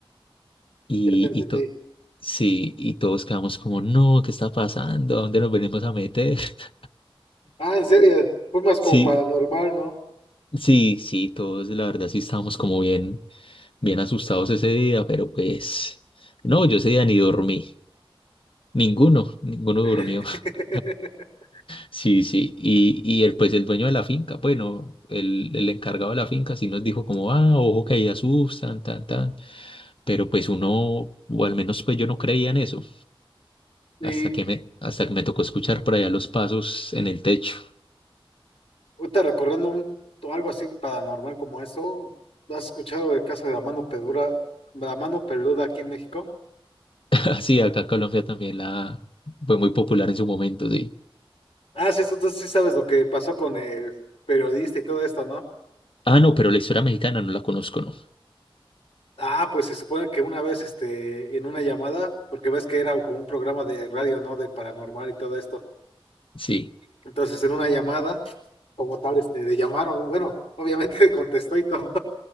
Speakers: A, on the left; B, on the left.
A: y,
B: Ya te entendí.
A: y to- sí, y todos quedamos como, no, ¿qué está pasando? ¿A dónde nos venimos a meter? <laughs>
B: Ah, en serio, fue más
A: Sí,
B: como paranormal, ¿no?
A: sí, sí, todos la verdad sí estábamos como bien, bien asustados ese día, pero pues, no, yo ese día ni dormí. Ninguno, ninguno
B: <laughs>
A: durmió. <laughs> Sí, sí. Y, y el, pues el dueño de la finca, bueno, el, el encargado de la finca sí nos dijo como, ah, ojo que ahí asustan, tan, tan. pero pues uno, o al menos pues yo no creía en eso,
B: Y
A: hasta que me, hasta que me tocó escuchar por allá los pasos en el techo.
B: Ahorita recordando un, algo así paranormal como eso, ¿has escuchado el caso de la mano peluda, la mano peluda aquí en México?
A: <laughs> Así, acá en Colombia también la fue muy popular en su momento, sí.
B: Ah, sí, entonces sí sabes lo que pasó con el periodista y todo esto, ¿no?
A: Ah, no, pero la historia mexicana no la conozco, ¿no?
B: Ah, pues se supone que una vez, este, en una llamada, porque ves que era como un programa de radio, ¿no? De paranormal y todo esto.
A: Sí.
B: Entonces, en una llamada, como tal, este, le llamaron, bueno, obviamente <laughs> contestó y todo.